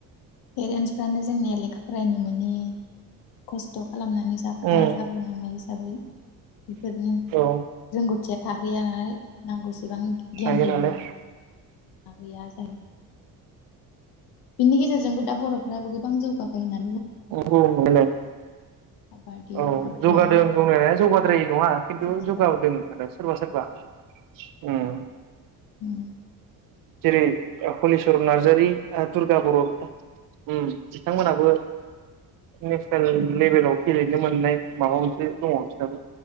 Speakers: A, on the left; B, on the right.
A: पेरेन्टसफ्रानो जोंनिया लेखा फरायनो मोननि खस्थ' खालामनानै जाग्रा
B: उम
A: जाबोनांनाय हिसाबै इफोरनि
B: औ
A: रोंगौथिया थाहैया नालाय नांगौसेबां
B: हायो
A: गियानखौ
B: नालाय
A: होनो हाहैया जायो बिनि गेजेरजोंबो दा बर'फ बा गोबां जौगाबाय होनना
B: नंगौ नंनायालाय
A: काबादि
B: औ
A: फुटबल
B: जौगादों जनाया जौगाद्राय नङा खिन्थु
A: क्रिकेटाव
B: जौगादों होनना सोरबा सोरबा उम
A: उम
B: जेरै हलिचवरन नार्जारि ओ दुर्गा बर' बिथां उम बिथांमोनाबो नेसनेल लेभेलाव गेलेनो मोननाय माबा मोनसे दङ' नोंसनाबो